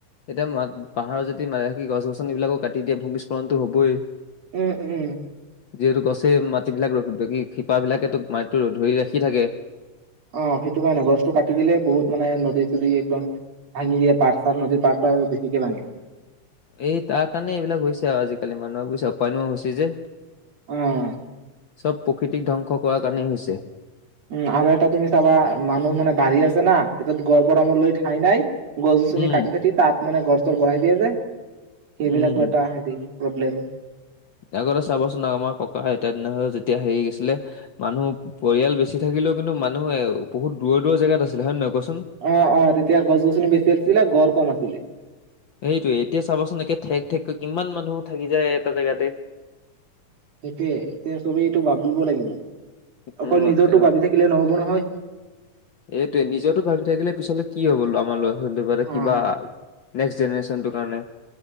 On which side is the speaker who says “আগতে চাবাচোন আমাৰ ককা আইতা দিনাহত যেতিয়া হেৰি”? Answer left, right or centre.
Left